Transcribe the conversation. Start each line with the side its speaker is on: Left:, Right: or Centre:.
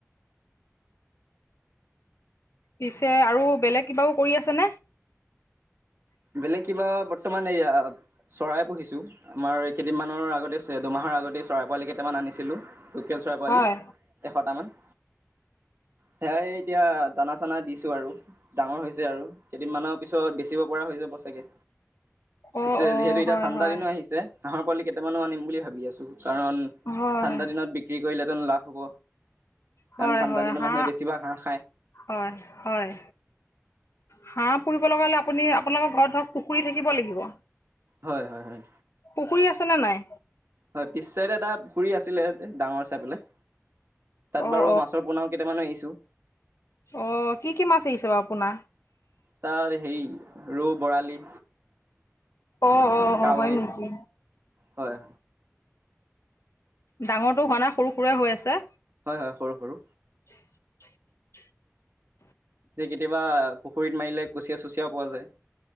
Left: পিছে আৰু বেলেগ কিবাও কৰি আছেনে।
Right: বেলেগ কিবা বৰ্তমান এইয়া চৰাই পুহিছো আমাৰ কেইদিনমানৰ আগতে দুমাহৰ আগতে চৰাই পোৱালি কেইটামান আনিছিলো। লোকেল চৰাই পোৱালি
Left: হয়
Right: এশটামান সেয়াই এতিয়া দানা চানা দিছো আৰু। ডাঙৰ হৈছে আৰু, কেইদিনমানৰ পিছত বেচিব পৰা হৈ যাব চাগে।
Left: অ'
Right: পিছে
Left: অ'
Right: যিহেতু এতিয়া
Left: হয়
Right: ঠাণ্ড
Left: হয়
Right: দিনো আহিছে, হাঁহৰ পোৱালি কেইটামানো আনিম বুলি ভাবি আছো। কাৰণ
Left: হয়
Right: ঠাণ্ডা দিনত বিক্ৰী কৰিলেহেতো লাভ হ'ব,
Left: হয়
Right: কাৰণ ঠাণ্ডা
Left: হয়
Right: দিনত
Left: হাঁহ
Right: মানুহে বেছিভাগ হাঁহ খায়।
Left: হয় হয়। হাঁহ পুৰিব লগা হলে আপুনি আপোনালোকৰ ঘৰত ধৰক পুখুৰী থাকিব লাগিব।
Right: হয় হয় হয়।
Left: পুখুৰী আছেনে নাই
Right: হয় পিছেৰে এটা পুখুুৰী আছিলে ডাঙৰ চাই পেলাই। তাত
Left: অঁ
Right: বাৰু মাছৰ পোনা কেইটামানো এৰিছো।
Left: অ কি কি মাছ এৰিছে বাৰু পোনা?
Right: তাৰ হেৰি ৰৌ বৰালি
Left: অ অ
Right: কাৱৈ
Left: অ হয় নেকি?
Right: হয়
Left: ডাঙৰটো হোৱা নাই সৰু সুৰা হৈ আছে।
Right: হয় হয় সৰু সৰু।
Left: <inaudible>
Right: যে কেতিয়াবা পুখুৰীত মাৰিলে কুচিয়া চুচিয়া পোৱা যায়।